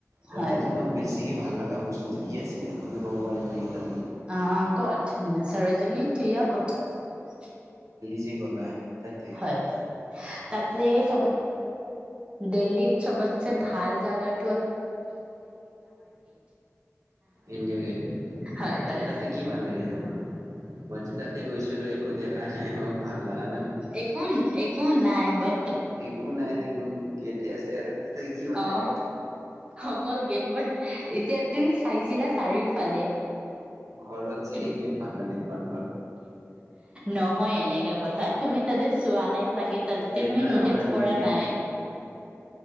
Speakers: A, on the right; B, on the right.
A: তাতে
B: হয়
A: তোমাক বেছিকে ভাল লগা বস্তু। কি আছিলে তুমি কব পাৰিবা।
B: অ ক'ত চৰজনীত। থিয়া কথা।
A: জি গ'লা। তাতে
B: হয়, তাতে চবত দিল্লীত চবতচে ভাল। জগাত
A: ইণ্ডিয়া গেট
B: হয়
A: তাতে-তাতে
B: হয়
A: কি ভাল লাগিল তোমাক, মইতো তাতে গৈছিলোঁ একো দেখা নাই। মই ভাল লগা নাই মোক।
B: একো-একো নাই বাত।
A: একো নাই দেখোন গেটেই আছে আৰু তাতে কি ভাল
B: অ
A: লাগিল তোমাৰ
B: অকল গেট বাট এতিয়া তুমি চাইছিলা চাৰিওফালে
A: ঘৰত চাগে
B: তুমি
A: গেট ভাল লাগে তোমাৰ।
B: নহয় এনেকা কথাত। তুমি তাতে চোৱা নাই চাগে তাতে
A: সেইটো
B: তুমি নটিচ
A: আমাৰ
B: কৰা
A: ইণ্ডিয়াত
B: নাই।